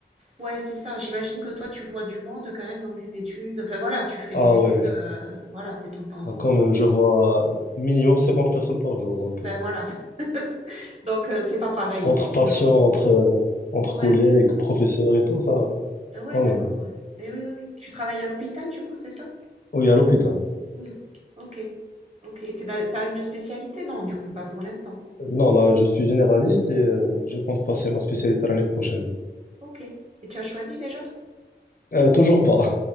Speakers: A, on the right; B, on the left.
A: ouais, c'est ça. J'imagine que toi, tu vois du monde quand même dans tes études. Enfin voilà, tu fais
B: Ah
A: les études,
B: ouais,
A: euh, voilà, t'es tout le temps.
B: Ah, quand même, je vois minimum 50 personnes par jour. Donc
A: Ben
B: euh,
A: voilà. <laughs> Donc euh, c'est pas pareil,
B: entre
A: effectivement.
B: patients,
A: Ouais,
B: entre euh, entre
A: ouais,
B: collègues, professeurs et tout ça,
A: Ah ouais,
B: quand
A: d'accord.
B: même.
A: Ouais. Et oui, oui, oui. Tu travailles à l'hôpital, du coup, c'est ça?
B: Oui, à l'hôpital.
A: Mm. Ok, ok. t'es dans- T'as une spécialité? Non, du coup, pas pour l'instant.
B: Non, là, je suis généraliste et euh, je compte passer ma spécialité l'année prochaine.
A: Ok. Et tu as choisi déjà?
B: Euh, toujours pas,